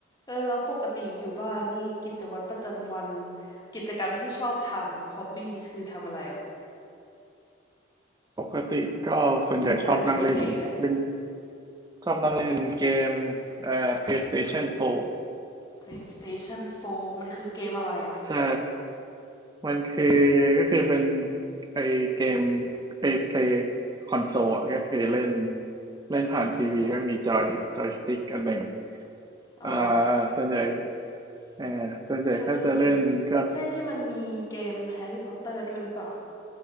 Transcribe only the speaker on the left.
เออแล้วปกติอยู่บ้านนี่กิจวัตรประจำวันกิจกรรมที่ชอบทำอะฮอบบี้คือทำอะไรอ่ะ
งานอดิเรกอะ
PlayStation 4มันคือเกมอะไรอ่ะ
อ๋อ
ใช่ใช่ที่มันมีเกม Harry Potter ด้วยหรือเปล่า